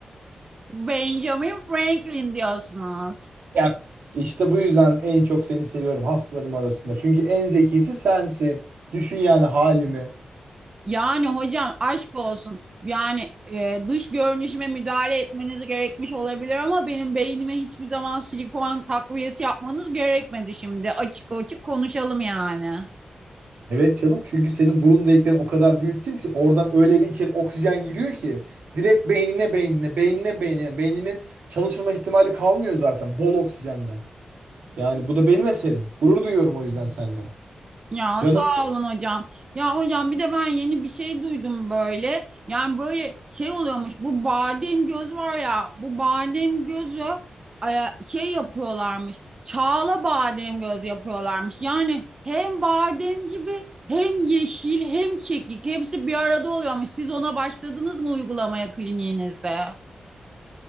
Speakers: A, on the right (about 30°); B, on the right (about 85°).
A: Benjamin Franklin diyorsunuz.
B: Ya işte bu yüzden en çok seni seviyorum hastalarım arasında. Çünkü en zekisi sensin. Düşün yani halimi.
A: Yani hocam aşk olsun. Yani e, dış görünüşüme müdahale etmeniz gerekmiş olabilir ama benim beynime hiçbir zaman silikon takviyesi yapmanız gerekmedi şimdi. Açık açık konuşalım yani.
B: Evet canım çünkü senin burun deliklerini o kadar büyüttüm ki oradan öyle bir içeri oksijen giriyor ki direkt beynine beynine beynine beynine beyninin çalışma ihtimali kalmıyor zaten bol oksijenden. Yani bu da benim eserim. Gurur duyuyorum o yüzden seninle.
A: Ya
B: Canım
A: sağ olun hocam. Ya hocam bir de ben yeni bir şey duydum böyle. Yani böyle şey oluyormuş. Bu badem göz var ya. Bu badem gözü e, şey yapıyorlarmış. Çağla badem göz yapıyorlarmış. Yani hem badem gibi hem yeşil hem çekik hepsi bir arada oluyormuş. Siz ona başladınız mı uygulamaya kliniğinizde?